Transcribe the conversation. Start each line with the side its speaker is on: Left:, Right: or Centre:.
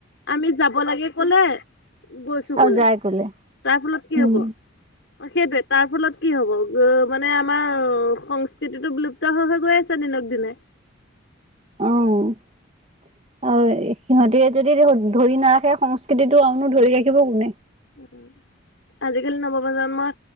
Left: আমি যাব লাগে ক'লে, গৈছোঁ গ'লে।
Right: আৰু যাই কলে
Left: তাৰ ফলত কি
Right: উম
Left: হ'ব? অ', সেইটোৱে তাৰ ফলত কি হ'ব মানে আমাৰ সংস্কৃতিটো বিলুপ্ত হৈ গৈ আছে নে দিনক দিনে।
Right: অহ। আৰু সিহঁতে যদি ধৰি নাৰাখে সংস্কৃতিটো আনো ধৰি ৰাখিব কোনে?
Left: উম, আজিকালি নৱপ্ৰজন্মই